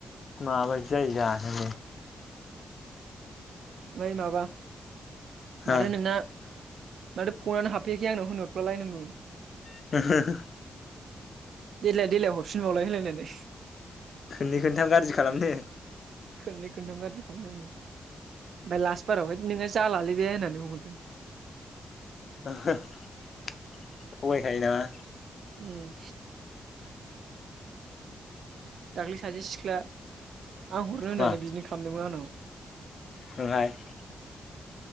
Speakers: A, on the left; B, on the right.
A: माबायदि जायो जानोलै।
B: बै माबा
A: हो
B: माथो नोंना माथो फनानो हाबफैयाखै आंनाव होनहरफ्ला लायनांगौ।
A: <inaudible>
B: देलाय देलाय हरफिनबावलाय होनलायनानै।
A: खोननै खोनथाम गाज्रि खालामनो।
B: खोननै खोन्थाब गाज्रि खालामनांगौ। ओमफ्राय लास्ट बारावहाय नोंना जालालै बे होननानै बुंहरदों।
A: थगायखायो नामा।
B: उम दाख्लै सासे सिख्ला आं हरनो होननानै
A: मा
B: बिनो खामदोमोन आंनाव।
A: <unintelligible>